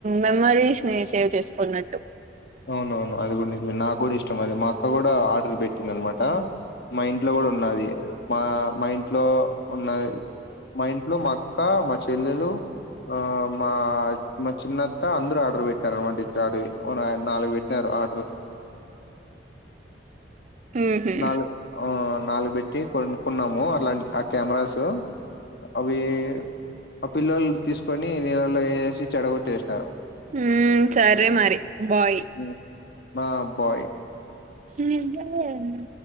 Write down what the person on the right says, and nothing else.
మెమరీస్ ని సేవ్ చేసుకున్నట్టు.
ఉహు
ఉమ్ సరే
మరి బాయ్
నిజంగానా.